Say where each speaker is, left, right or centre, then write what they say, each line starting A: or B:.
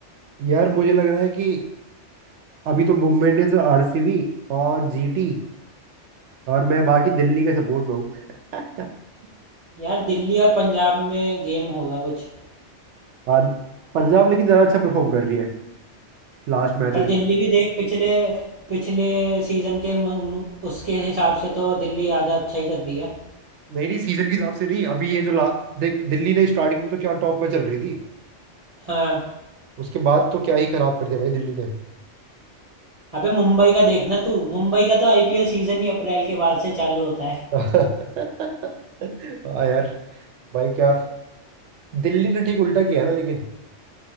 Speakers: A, on the right; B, on the right.
A: यार मुझे लग रहा है कि अभी तो मुंबई इंडियंस और आरसीबी और जीटी और मैं बाकी दिल्ली के सपोर्ट में हूँ <laughs>
B: यार दिल्ली और पंजाब में गेम होगा कुछ
A: हाँ, पंजाब लेकिन ज़्यादा अच्छा परफॉर्म कर रही है लास्ट मैचेस
B: पर दिल्ली
A: में
B: भी देख पिछले पिछले सीजन के मु- मु- उसके हिसाब से तो दिल्ली आधा अच्छा ही कर रही है
A: नहीं नहीं सीजन के हिसाब से नहीं अभी ये जो ला देख दिल्ली ने स्टार्टिंग में तो क्या टॉप पे चल रही थी
B: हाँ
A: उसके बाद तो क्या ही खराब कर दिया भाई दिल्ली ने
B: अबे मुंबई का देखना तू मुंबई का तो आईपीएल सीजन ही अप्रैल के बाद से चालू होता है
A: <laughs> हाँ यार भाई क्या दिल्ली ने ठीक उल्टा किया है ना लेकिन